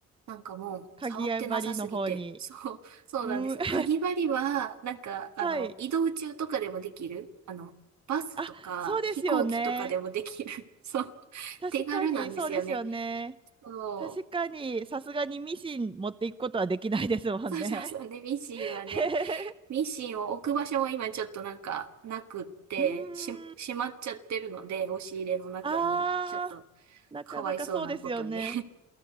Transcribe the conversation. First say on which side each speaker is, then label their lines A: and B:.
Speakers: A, on the right (about 65°); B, on the right (about 15°).
A: なんかもう、
B: 鍵や針の方に。
A: 触ってなさすぎて。<laughs> そう、そうなんですよ。
B: うん。<laughs>
A: かぎ針は、なんか、あの、
B: はい。
A: 移動中とかでもできる。あの、バスとか、
B: あ、そうですよね。
A: 飛行機とかでもできる。<laughs> そう、
B: 確かに、
A: 手軽なんですよね。
B: そうですよね。
A: そう。
B: 確かに、さすがにミシン持っていくことはできないですもんね。
A: そうそうそう。で、ミシンはね、
B: <laughs>
A: ミシンを置く場所は今ちょっとなんか、なくって、
B: うーん。
A: し、しまっちゃってるので、押し入れの中に、
B: あ
A: ちょっと、
B: ー、なかなかそうですよね。
A: かわいそうなことに